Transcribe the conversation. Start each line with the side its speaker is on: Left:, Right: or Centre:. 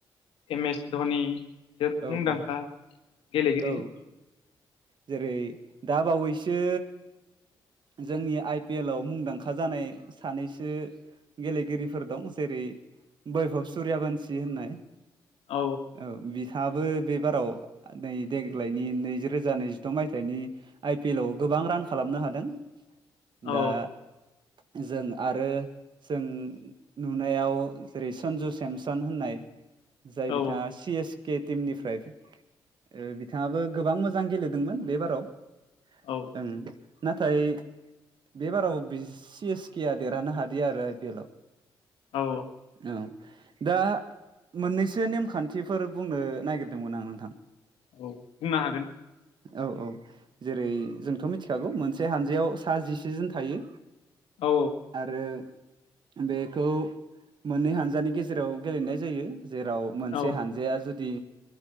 Left: एम एस धनि बिसोर
Right: औ
Left: मुंदांखा
Right: औ
Left: गेलेगिरि।
Right: औ जेरै दा बावैसो जोंनि आइ पि एल आव मुंदांखा जानाय सानैसो गेलेगिरिफोर दं जेरै बैभब सुरिया बोनसि होननाय
Left: औ
Right: औ बि थांआबो बे बाराव नै देग्लायनि नैजि रोजा नैजिद' मायथाइनि आइ पि एल आव गोब <unintelligible> बां रान खालामनो हादों
Left: औ
Right: दा जों आरो जों <unintelligible> नुनायाव जेरै सनजु सेमसन होननाय जाय
Left: औ
Right: बिथाङा
Left: औ
Right: सि एस केटिम निफ्राय ओ बिथाङाबो गोबां मोजां गेलेदोंमोन बे बा राव
Left: औ
Right: <unintelligible> नाथाय बे बाराव बि सि एसकेया देरहानो हादिया आरो आइ पि एल आव
Left: औ
Right: औ दा मोननैसो नेमखान्थिफोर बुंनो नागिरदोंमोन आं नोंथां
Left: औ बुंनो हागोन
Right: औ औ जेरै जोंथ' मिथिखागौ मोनसे हानजायाव सा जिसेजोन थायो।
Left: औ
Right: आरो बेखौ मोननै हानजानि गेजेराव गेलेनाय जायो जेराव मोनसे
Left: औ
Right: हानजाया जुदि